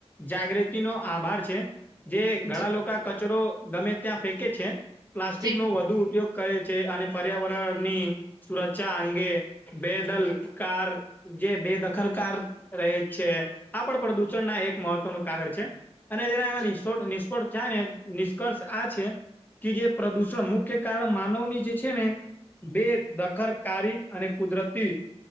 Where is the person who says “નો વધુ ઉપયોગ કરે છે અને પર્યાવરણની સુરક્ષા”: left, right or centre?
Left